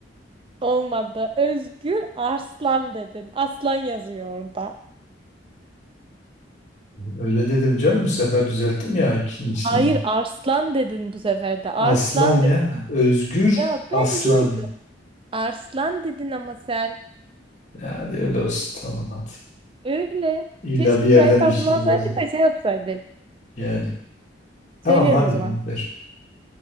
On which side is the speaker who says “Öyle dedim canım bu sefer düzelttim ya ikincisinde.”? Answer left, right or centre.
Left